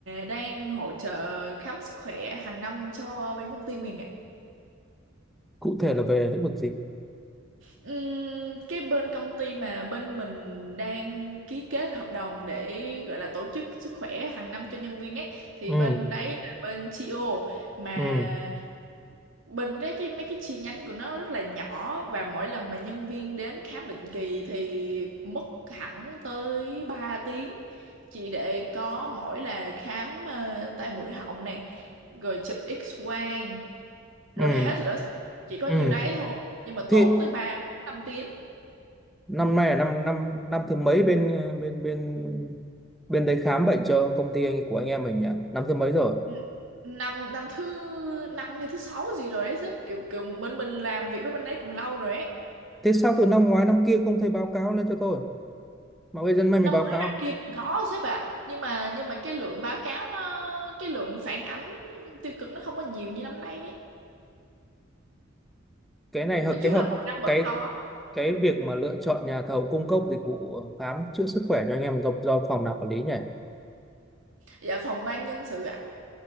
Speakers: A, on the right; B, in the centre.
A: đang hỗ trợ khám sức khỏe hàng năm cho bên công ty mình ạ.
B: cụ thể là về lĩnh vực gì
A: Ừm, cái bên công ty mà bên mình đang ký kết hợp đồng để gọi là tổ chức sức khỏe hàng năm cho nhân viên ấy thì
B: ừ
A: bên đấy là bên TO mà
B: ừ
A: Bình đấy cái mấy cái chi nhánh của nó rất là nhỏ và mỗi lần mà nhân viên đến khám định kỳ thì mất hẳn tới ba tiếng chỉ để có mỗi là khám ờ, tai mũi họng này rồi chụp X quang rồi
B: ừ
A: hết rồi đó chỉ có nhiêu
B: ừ
A: đấy thôi nhưng mà tốn
B: thì
A: tới 3 5 tiếng
B: năm nay là năm năm năm thứ mấy bên ờ, bên bên bên đấy khám bệnh cho công ty anh của anh em mình nhỉ năm thứ mấy rồi
A: N- năm năm thứ năm hay thứ sáu gì rồi đấy sếp kiểu kiểu bên mình làm việc với bên đấy cũng lâu rồi ấy
B: thế sao từ năm ngoái năm kia không thấy báo cáo lên cho tôi mà bây giờ nay
A: năm
B: mới báo
A: ngoái
B: cáo
A: năm kia cũng có sếp ạ nhưng mà nhưng mà cái lượng báo cáo nó cái lượng phản ánh tiêu cực nó không có nhiều như năm nay ấy.
B: cái này hợp
A: nói chung
B: cái hợp
A: là mỗi năm vẫn
B: cái
A: có
B: cái việc mà lựa chọn nhà thầu cung cấp dịch vụ ờ, khám chữa sức khỏe cho anh em do, do phòng nào quản lý nhỉ
A: dạ phòng ban nhân sự ạ